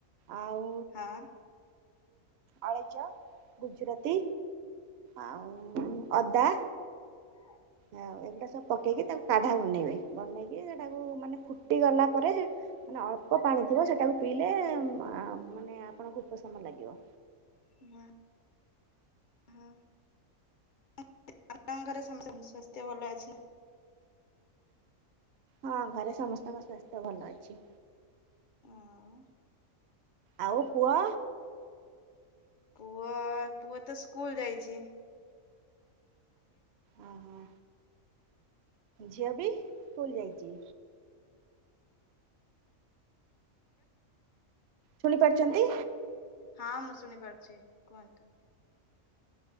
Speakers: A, on the right; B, on the left.
A: ଆଉ
B: ହଁ
A: ଅଳେଇଚ, ଗୁଜୁରାତି। ଆଉ ଅଦା
B: <unintelligible>
A: ଆଉ ଏଗୁଡା଼ ସବୁ ପକେଇକି ତାକୁ କାଢା ବନେଇବେ ବନେଇକି ତାକୁ ମାନେ ଫୁଟି ଗଲା ପରେ ମାନେ ଅଳ୍ପ ପାଣି ଥିବ ସେଟାକୁ ପିଇଲେ ଆ ମାନେ ଆପଣଙ୍କୁ ଉପଶମ ଲାଗିବ।
B: ହୁଁ। ହୁଁ <unintelligible> ସ୍ୱାସ୍ଥ୍ୟ ଭଲ ଅଛି ନା?
A: ହଁ ଘରେ ସମସ୍ତଙ୍କ ସ୍ୱାସ୍ଥ୍ୟ ଭଲ ଅଛି।
B: ଆଉ
A: ଆଉ ପୁଅ
B: ପୁଅ ପୁଅ ତ ସ୍କୁଲ୍ ଯାଇଚି।
A: ଓ ହୋ। ଝିଅ ବି ସ୍କୁଲ୍ ଯାଇଚି। ଶୁଣି ପାରୁଚନ୍ତି।
B: ହଁ ମୁଁ ଶୁଣି ପାରୁଚି କୁହନ୍ତୁ।